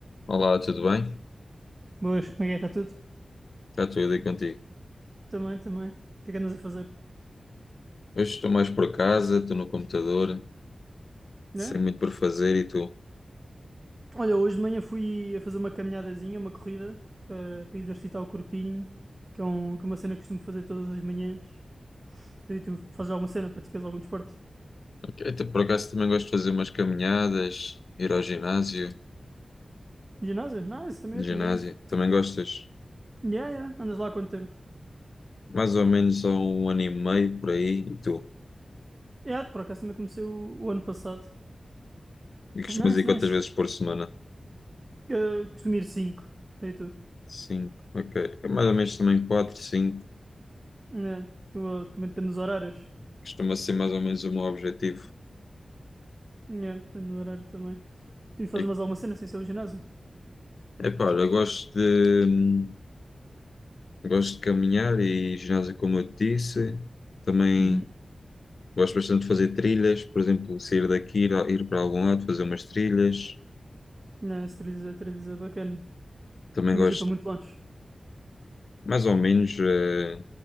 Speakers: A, on the left; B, on the right.
A: Olá, tudo bem?
B: Boas, como é que é? está tudo?
A: Está tudo aí contigo.
B: Também, também. O que é que andas a fazer?
A: Hoje estou mais por casa, estou no computador, sem
B: Né?
A: muito por fazer e tu?
B: Olha, hoje de manhã fui a fazer uma caminhadazinha, uma corrida, para, para exercitar o corpinho, que é, um- que é uma cena que costumo fazer todas as manhãs. Tu, e tu fazes alguma cena, praticas algum desporto?
A: Ok, então, por acaso também gosto de fazer umas caminhadas, ir ao ginásio,
B: Ginásio? Nice, também
A: ginásio.
B: eu, também eu.
A: Também gostas?
B: Yeah, yeah, andas lá há quanto tempo?
A: Mais ou menos há um ano e meio por aí e tu?
B: Yeah, por acaso também comecei o, o ano passado.
A: E costumas
B: Nice,
A: ir
B: nice.
A: quantas vezes por semana?
B: Eh, costumo ir 5, tu e tu.
A: Cinco, ok. É mais ou menos também quatro, cinco.
B: Yeah, tu, eh, também depende dos horários.
A: Costuma ser mais ou menos o meu objetivo.
B: Yeah, depende do horário também. Tu fazes
A: E,
B: mais alguma cena sem ser o ginásio?
A: epá, olha, eu gosto de, hum, gosto de caminhar e ginásio como eu te disse. Também
B: Uhum.
A: Gosto bastante de fazer trilhas, por exemplo, sair daqui, ir, a- ir para algum lado, fazer umas trilhas.
B: Não, esse 3 é 3 é bacana.
A: Também
B: Costumas
A: gosto,
B: ir para muito longe.
A: mais ou menos, eh,